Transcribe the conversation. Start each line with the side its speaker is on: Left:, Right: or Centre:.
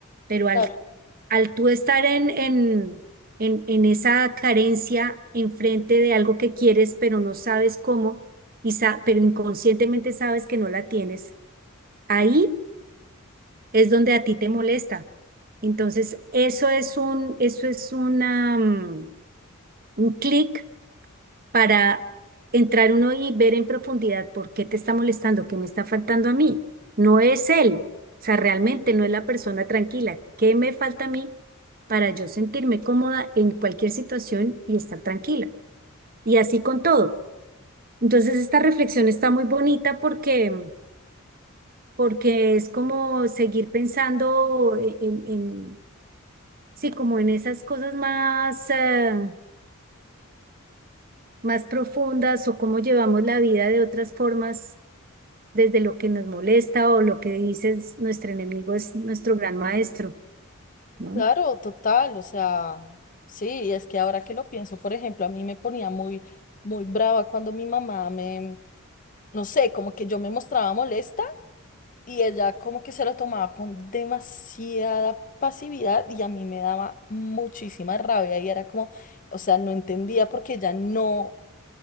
Right: Pero al,
Left: claro
Right: al tú estar en, en, en, en esa carencia enfrente de algo que quieres, pero no sabes cómo. y sa- pero inconscientemente sabes que no la tienes, ahí es donde a ti te molesta. Entonces, eso es un, eso es una, mm, un clic para entrar uno y ver en profundidad por qué te está molestando, qué me está faltando a mí. No es él, o sea, realmente no es la persona tranquila. ¿Qué me falta a mí para yo sentirme cómoda en cualquier situación y estar tranquila? Y así con todo. Entonces, esta reflexión está muy bonita porque mm, porque es como seguir pensando en, en- en- sí, como en esas cosas más, eh, más profundas o cómo llevamos la vida de otras formas desde lo que nos molesta o lo que dices, nuestro enemigo es nuestro gran maestro, ¿no?
Left: Claro, total, o sea, sí, y es que ahora que lo pienso, por ejemplo, a mí me ponía muy, muy brava cuando mi mamá me, no sé, como que yo me mostraba molesta y ella como que se lo tomaba con demasiada pasividad y a mí me daba muchísima rabia y era como, o sea, no entendía porque ella no